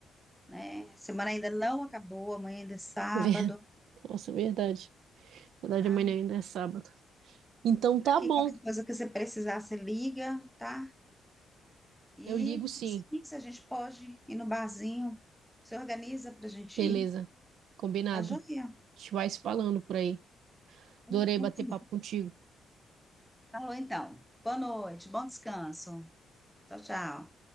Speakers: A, in the centre; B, on the right.
A: né? A semana ainda não acabou, amanhã ainda é sábado,
B: ver- <laughs> nossa, verdade. Verdade,
A: tá?
B: amanhã ainda é sábado. Então tá
A: Tá Aqui
B: bom,
A: qualquer coisa que você precisar, você liga, tá? E
B: eu ligo sim.
A: sim, se a gente pode ir no barzinho, se organiza pra gente
B: Beleza,
A: ir,
B: combinado.
A: tá joia?
B: A gente vai se falando por aí.
A: Então,
B: Adorei bater
A: tá
B: papo
A: bom.
B: contigo.
A: Falou então. Boa noite, bom descanso. Tchau, tchau.